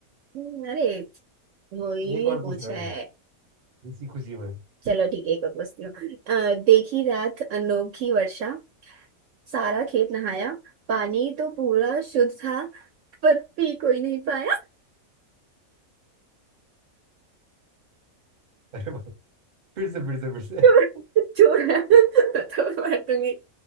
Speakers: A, on the right (about 65°); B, on the right (about 40°).
A: हम्म, अरे मोहिनी
B: एक
A: ने
B: और
A: पूछा
B: पूछ रहा
A: है
B: हूँ इसी खुशी में
A: चलो ठीक है एक और पूछती हूँ अ, देखी रात अनोखी वर्षा सारा खेत नहाया पानी तो पूरा शुद्ध था पर पी कोई नहीं पाया
B: अरे भाई फिर से फिर से फिर से
A: <laughs> चोर चोर बताओ <laughs> मार दूंगी